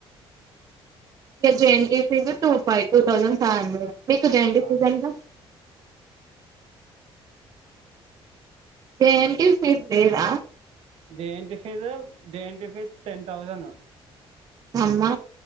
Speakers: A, on the right (about 35°); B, on the right (about 75°).
A: జేఎన్టీయూ ఎంట్రీ ఫీజస్ టూ ఫై టూ థౌండ్ ఫైవ్ హండ్రెడ్ మీకు జేఎన్‌టియు
B: ఆహా
A: ఫీజు ఎంత జేఎన్టీయూ ఫీజు లేదా
B: JNTU fee JNTU fees ten thousand
A: అమ్మ